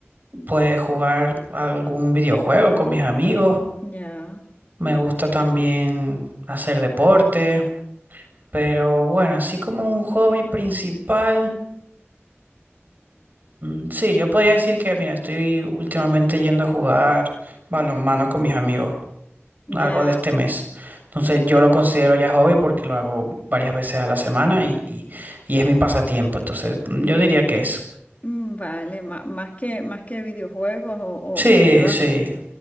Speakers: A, on the right (about 40°); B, on the left (about 35°).
A: pues, jugar algún videojuego con mis amigos.
B: Ya,
A: Me gusta también hacer deporte, pero bueno, así como un hobby principal, mm, sí, yo podría decir que, mira, estoy últimamente yendo a jugar balonmano con mis amigos. algo
B: ya,
A: de este mes. Entonces yo lo considero ya hobby porque lo hago varias veces a la semana y, y, y es mi pasatiempo. Entonces mm, yo diría que es.
B: mm, vale, má- más que, más que videojuegos o,
A: Sí,
B: o lo llevas,
A: sí,
B: a-